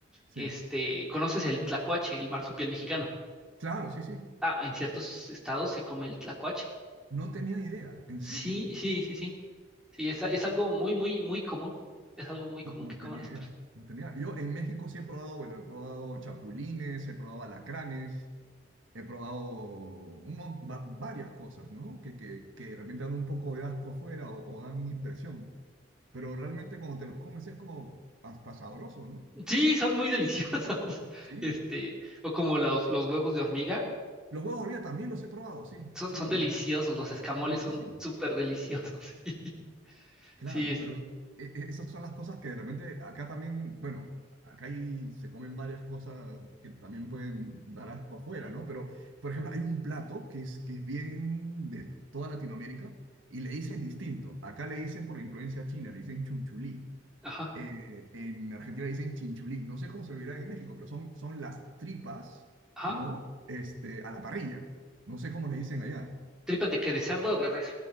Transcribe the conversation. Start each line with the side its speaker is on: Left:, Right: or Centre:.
Right: Sí.
Centre: este, conoces el tlacuache, el marsupial mexicano.
Right: Claro, sí, sí.
Centre: Ah, en ciertos estados se come el tlacuache.
Right: No tenía idea, en
Centre: Sí,
Right: serio.
Centre: sí, sí, sí. Sí, es, es algo muy, muy, muy común. Es algo muy común
Right: No, no
Centre: que coman
Right: tenía
Centre: las
Right: idea.
Centre: personas.
Right: No tenía. Yo en México sí he probado, bueno, he probado chapulines, he probado alacranes. He probado un mon- va- varias cosas, ¿no? Que, que, que de repente dan un poco de asco fuera o, o dan impresión. Pero realmente cuando te los comes es como hasta sabroso, ¿no?
Centre: Sí, son muy deliciosos. <laughs>
Right: Sí.
Centre: Este, o como los, los huevos de hormiga,
Right: Los huevos de hormiga también los he probado, sí,
Centre: son,
Right: sí,
Centre: son
Right: también
Centre: deliciosos.
Right: los-
Centre: Los escamoles
Right: son riquísimos.
Centre: son súper deliciosos. <laughs>
Right: Claro,
Centre: Sí, es.
Right: pero e- e- esas son las cosas que de repente acá también, bueno, acá hay, se comen varias cosas que también pueden dar asco afuera, ¿no? Pero, por ejemplo, hay un plato que es, que es bien de toda Latinoamérica y le dicen distinto. Acá le dicen por la influencia china, le dicen chunchulí.
Centre: Ajá,
Right: Eh, en Argentina le dicen chinchulín. No sé cómo se lo dirán en México, pero son, son las tripas,
Centre: ajá.
Right: ¿no? Este, a la parrilla. No sé cómo le dicen allá
Centre: ¿Tripas de qué? ¿De cerdo o de res?